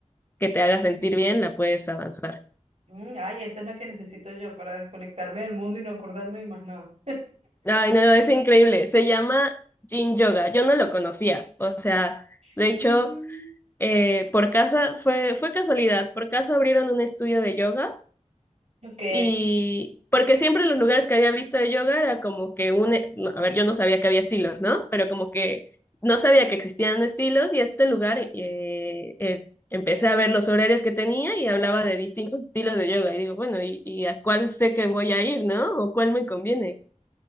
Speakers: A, on the left; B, on the right.
A: que te haga sentir bien, la puedes avanzar.
B: Mm, ay, esa es la que necesito yo para desconectarme del mundo y no acordarme de más nada.
A: Ay, no, es increíble. Se llama Yin Yoga. Yo no lo conocía. O sea, de
B: Mm,
A: hecho, eh, por casa fue, fue casualidad. Por casa abrieron un estudio de yoga
B: ok,
A: Y porque siempre en los lugares que había visto de yoga era como que un, e, no, a ver, yo no sabía que había estilos, ¿no? Pero como que no sabía que existían estilos y este lugar eh, eh, empecé a ver los horarios que tenía y hablaba de distintos estilos de yoga. Y digo, bueno, ¿y, y a cuál sé que voy a ir, ¿no? ¿O cuál me conviene?